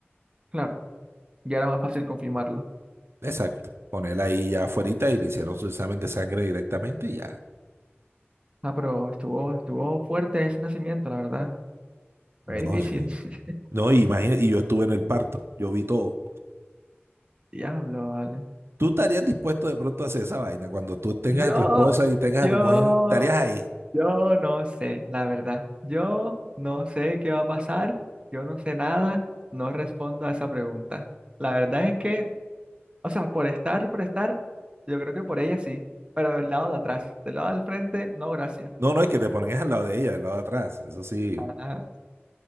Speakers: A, on the right; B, on the right.
A: claro. Ya era más fácil confirmarlo.
B: Exacto. Ponerla ahí ya afuerita y le hicieron su examen de sangre directamente y ya.
A: Ah, pero estuvo, estuvo fuerte ese nacimiento, la verdad.
B: No,
A: Fue difícil.
B: sí.
A: <laughs>
B: No, imagínate, y yo estuve en el parto, yo vi todo.
A: Diablo, vale.
B: ¿Tú estarías dispuesto de pronto a hacer esa vaina? Cuando tú tengas
A: Yo,
B: a tu esposa y tengas
A: yo,
B: a tu mujer, estarías ahí.
A: yo no sé, la verdad. Yo no sé qué va a pasar. Yo no sé nada. No respondo a esa pregunta. La verdad es que O sea, por estar, por estar, yo creo que por ella sí, pero del lado de atrás, del lado del frente, no, gracias.
B: No, no es que te pones al lado de ella, al lado de atrás. Eso sí,
A: Ajá,